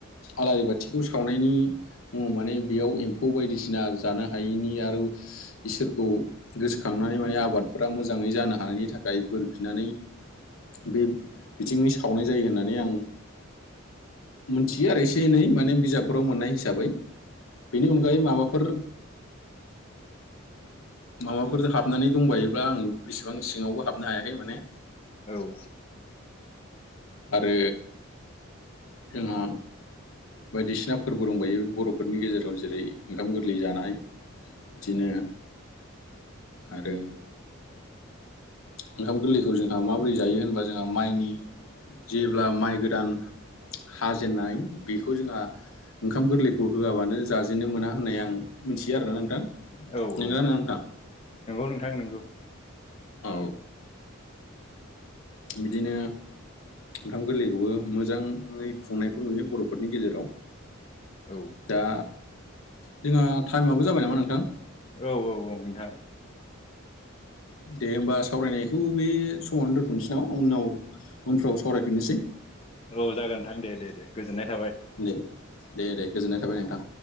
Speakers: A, on the left; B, on the left.
A: आलारि बाथिखौ सावनायनि मुङाव माने बेयाव एम्फौ फौ बायदिसिना जानो हायैनि आरो इसोरखौ गोसोखांनानै माने आबादफोरा मोजाङै जानो हानायनि थाखाय बोर बिनानै बे बिथिंनि सावनाय जायो होननानै आं मोनथियो आरो एसे एनै माने बिजाबफोराव मोननाय हिसाबै बेनि अनगायै माबाफोर माबाफोर हाबनानै दंबायोब्ला आं बेसेबां सिङावबो हाबनो हायाखै माने
B: औ।
A: आरो जोंहा बायदिसिना फोरबो दंबायो बर'फोरनि गेजेराव जेरै ओंखाम गोरलै जानाय बिदिनो आरो ओंखाम गोरलैखौ जोंहा माबोरै जायो होनबा जोंहा माइनि जेब्ला माइ गोदान हाजेननाय बेखौ जोंहा ओंखाम गोरलैखौ होआबानो जाजेननो मोना होननाय आं मिथियो आरोना नोंथां।
B: औ
A: नोंगोना
B: औ
A: नोङा नोंथां
B: नंगौ नोंथां नोंगौ।
A: औ बिदिनो ओंखाम गोरलैखौबो मोजाङै खुंनायखौ नुयो बर'फोरनि गेजेराव।
B: औ।
A: दा जोंहा टाइमाबो जाबाय नामा नोंथां।
B: औ औ औ नोंथां।
A: दे होमबा सावरायनायखौ बे समावनो दोनथनोसै नामा उनाव उनफ्राव सावरायफिननोसै।
B: औ जागोन नोंथां दे दे दे गोजोननाय थाबाय।
A: दे दे दे गोजोननाय थाबाय नोंथां।